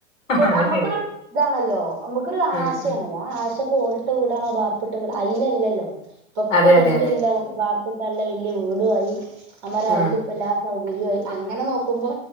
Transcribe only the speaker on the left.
അത്
ശരിയാ
ആഹ്
അതെ
അതെ അതെ
ആഹ്